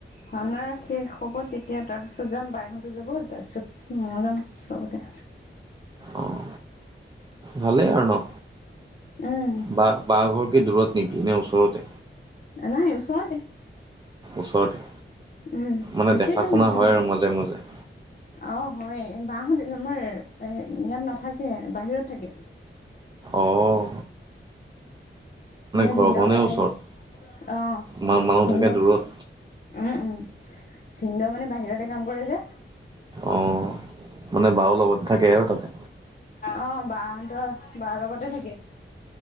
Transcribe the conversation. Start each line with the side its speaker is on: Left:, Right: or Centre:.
Left: ভাওনা শেষ হ'ব তেতিয়া তাৰপিছত যাম বাইহঁতো যাব তাৰপিছত ময় যাম। হ'ব দে।
Right: অঁ ভালেই আৰু ন।
Left: উম
Right: বা বা ঘৰ কি দূৰত? নেকি নে ওচৰতে?
Left: নাই ওচৰতে।
Right: ওচৰতে
Left: উম
Right: মানে
Left: বেছি
Right: দেখা
Left: দূৰ
Right: শুনা
Left: নহয়
Right: হয়
Left: বাৰু
Right: আৰু মাজে মাজে।
Left: অ হয় বা হতে আমাৰ এ ইয়াত নাথাকে বাহিৰত থাকে।
Right: অঁ
Left: মানে
Right: ঘৰখনেই
Left: ভিনদেউ তাতে
Right: ওচৰত
Left: অ
Right: মা মানুহ
Left: ভিনদেউ।
Right: থাকে দূৰত
Left: অঁ' উম ভিনদেউ মানে বাহিৰতে কাম কৰে যে।
Right: অঁ মানে বাও লগতে থাকে আৰু তাতে
Left: অঁ' বা হতৰ বা লগতে থাকে।